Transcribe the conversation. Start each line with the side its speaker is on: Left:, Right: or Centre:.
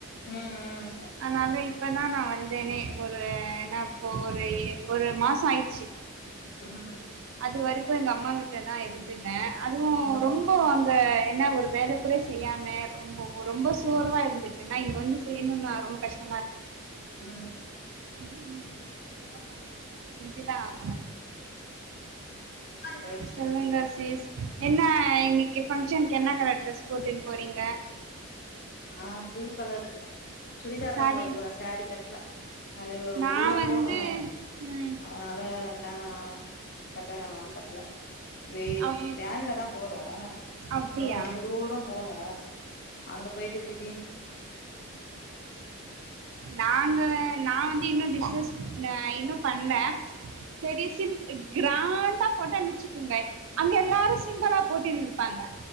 Left: ம்
Right: அனால இப்ப தா நா வந்தனே ஒரு என்னாப்போ ஒரு ஒரு மாசோ ஆயிட்ச்சு
Left: ம்
Right: அது வரைக்கு எங்கம்மா வீட்ல தா இருந்துட்ட அதுவு
Left: ம்
Right: ரொம்போ அங்க என்ன ஒரு வேலக்கூட செய் செய்யாம ரொம்போ ரொம்போ சோர்வா இருந்துட்டனா இங்க வந்து செய்ணுனா ரொம்ப கஷ்டமா இருக்
Left: ம்
Right: ம் என்ன பண்றது செஞ்சு தா ஆகணு
Left: ம்
Right: சொல்லுங்க
Left: ம்
Right: சீஸ் என்ன இன்னைக்கு ஃபங்க்ஷன்க்கு என்ன கலர் டிரெஸ் போட்டுன் போறீங்க
Left: ஆஹ் ப்ளூ கலரு சுடிதார்
Right: சாரி
Left: தா போட்டு போற சாரி கட்ல அது ரொம்ப
Right: நா
Left: தூரம்
Right: வந்து
Left: போனு
Right: ம்
Left: அதுனால வேனா கட்ட வேணானு கட்ல வேவ்
Right: அப்டி
Left: வேன்ல தா போறோ <unintelligible>
Right: அப்டியா
Left: ரொம்ப தூரோ போனு அங்க போய்ட்டு திடீர்ன்
Right: நாங்க நா வந்து இன்னு டிஸ்சஸ் ந இன்னு பண்ல செரி சிம் கிராண்டா போட்டா <unintelligible> ங்க் அங்க எல்லாரு சிம்பளா போட்டினுருப்பாங்க